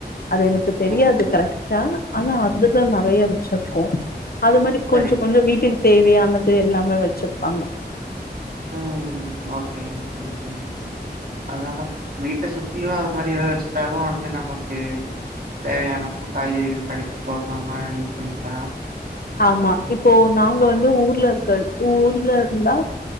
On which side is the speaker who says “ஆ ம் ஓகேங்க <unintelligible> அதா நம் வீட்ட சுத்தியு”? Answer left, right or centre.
Right